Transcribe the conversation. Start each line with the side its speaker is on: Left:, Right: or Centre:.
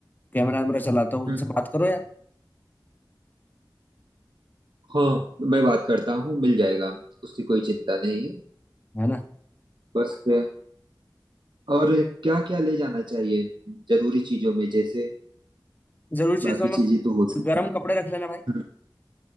Left: कैमरा वैमरा चलाता हो उनसे
Right: हम्म,
Left: बात करो यार
Right: हाँ मैं बात करता हूँ मिल जाएगा उसकी कोई चिंता नहीं है
Left: है ना
Right: बस अ, और क्या क्या ले जाना चाहिए जरूरी चीजों में जैसे
Left: जरूरी
Right: बाकी
Left: चीजों में
Right: चीजें तो हो सकती
Left: गर्म कपड़े रख लेना भाई
Right: हैं।